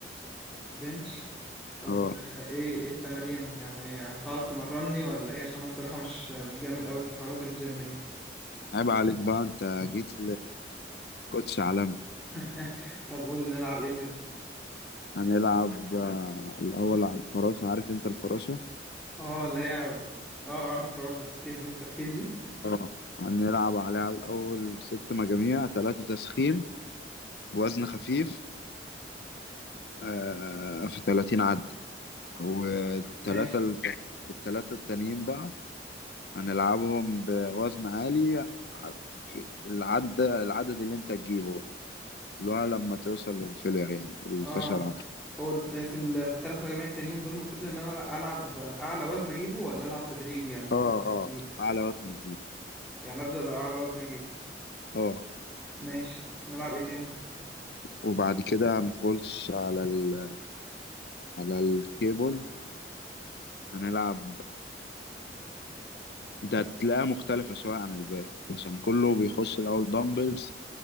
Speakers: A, in the centre; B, on the left (about 65°).
A: بنش طب
B: أه
A: آه، ايه ايه التمارين يعني هتعرف تمرني ولا ايه عشان انا الصراحه مش مش جامد قوي في الحوارات الجيم دي
B: عيب عليك بقى أنت جيت لكوتش عالمي
A: <laughs> طب قول لي نلعب ايه كده
B: هنلعب آه، الأول على الفراشة عارف أنت الفراشة؟
A: اه اللي هي اه عارف الفراشه تفتيح دي وتقفيل دي
B: أه هنلعب عليها الأول ست مجاميع تلاتة تسخين بوزن خفيف آه في 30 عد والتلاتة
A: ماشي
B: الت- التلاتة التانيين بقى هنلعبهم بوزن عالي ع- في العد العدد اللي انت تجيبه بقى اللي هو لما توصل للفيلير يعني الفشل
A: اه
B: العضلي
A: هو ده في ال... في الثلاث مجاميع التانيين دول المفروض ان انا العب اعلى وزن اجيبه ولا العب تدريجي يعني
B: اه
A: أعلى-
B: اه أعلى وزن تجيبه
A: يعني ابدا باعلى وزن اجيبه
B: اه
A: ماشي نلعب ايه تاني
B: وبعد كده هنخش على ال... على الكيبل هنلعب ده هتلاقيها مختلفة شوية عن الباقي عشان كله بيخش الأول دمبلز